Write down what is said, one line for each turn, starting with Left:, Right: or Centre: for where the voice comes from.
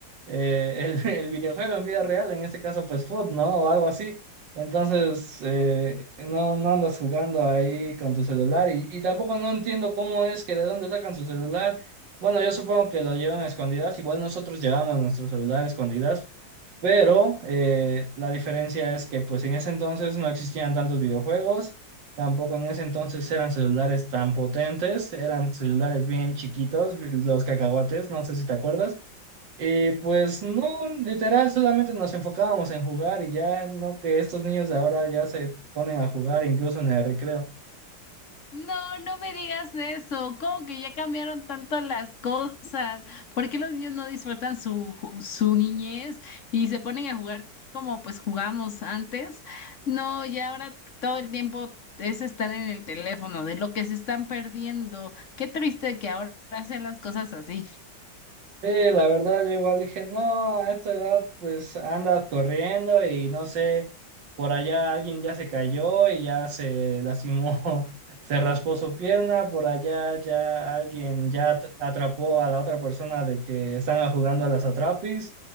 Right: eh, el, <laughs> el videojuego en vida real, en este caso pues foot, ¿no? O algo así. Entonces, eh, no, no andas jugando ahí con tu celular y, y tampoco no entiendo cómo es que de dónde sacan su celular. Bueno, yo supongo que lo llevan a escondidas, igual nosotros llevamos nuestro celular a escondidas pero eh, la diferencia es que pues en ese entonces no existían tantos videojuegos, tampoco en ese entonces eran celulares tan potentes, eran celulares bien chiquitos, los cacahuates, no sé si te acuerdas. Y pues no, literal, solamente nos enfocábamos en jugar y ya no que estos niños de ahora ya se ponen a jugar incluso en el recreo.
Left: No, no me digas eso. ¿Cómo que ya cambiaron tanto las cosas? ¿Por qué los niños no disfrutan su, ju- su niñez y se ponen a jugar como pues jugamos antes? No, ya ahora todo el tiempo es estar en el teléfono, de lo que se están perdiendo. Qué triste que ahora hacen las cosas así.
Right: Sí, la verdad, yo igual dije, no, a esta edad pues anda corriendo y no sé, por allá alguien ya se cayó y ya se lastimó, <laughs> se raspó su pierna, por allá ya alguien ya at- atrapó a la otra persona de que están jugando a las atrapis